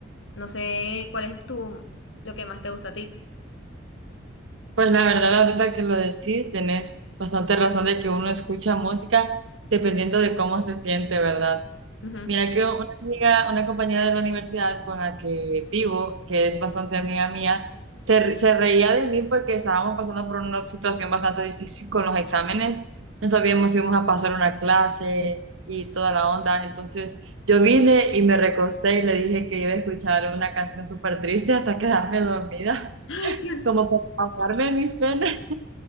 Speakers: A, on the left (about 75°); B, on the right (about 85°).
A: No sé cuál es tu, lo que más te gusta a ti.
B: Pues la verdad, ahorita que lo decís, tenés bastante razón de que uno escucha música dependiendo de cómo se siente, ¿verdad?
A: Ujú.
B: Mira que una amiga, una compañera de la universidad con la que vivo, que es bastante amiga mía, se, re- se reía de mí porque estábamos pasando por una situación bastante difícil con los exámenes. No sabíamos si íbamos a pasar una clase y toda la onda. Entonces yo vine y me recosté y le dije que iba a escuchar una canción súper triste hasta quedarme dormida,
A: <laughs>
B: <laughs> como para ahogarme en mis penas.